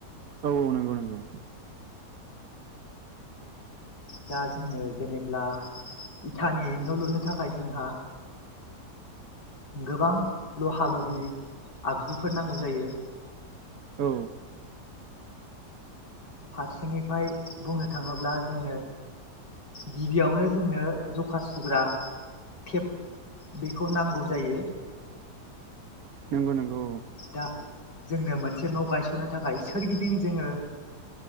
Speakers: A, on the right; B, on the left.
A: औ औ नंगौ नंगौ।
B: दा जोंनो जेनेब्ला इटानि न' लुनो थाखाय जोंहा गोबां लहा लहि आगजुफोर नांगौ जायो।
A: औ।
B: फारसेनिफ्राय बुंनो थाङोब्ला जोंनो गिबियावनो जोंनो जखा सुग्रा टेप। बेखौ नांगौ जायो।
A: नंगौ नंगौ।
B: दा जोंनो मोनसे न' गायसननो थाखाय सोरगिदिं जोङो